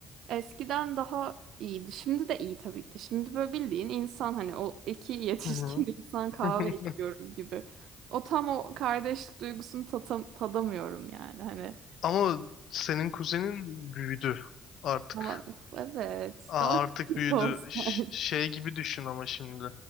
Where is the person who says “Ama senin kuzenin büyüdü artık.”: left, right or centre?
Left